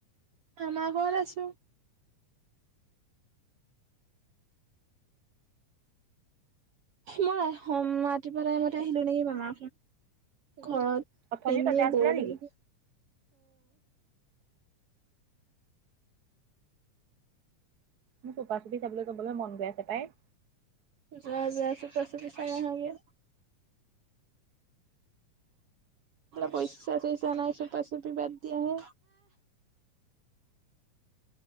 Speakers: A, on the right; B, on the right.
A: মামা ঘৰত আছো। মই সোম ৰাতিপুৱা টাইমতে আহিলো নেকি মামা ঘৰত।
B: অথনি
A: এনে
B: তাতে আছিলা
A: ব'ৰ
B: নেকি?
A: লাগিলে।
B: মোৰ চোপা- চুপি চাবলৈ যাবলৈ মন গৈ আছে পাই।
A: যোৱা যোৱা চুপা - চুপি চাই অহা গে। পইচা - চইচা নাই চোপা চুপি বাদ দিয়া হে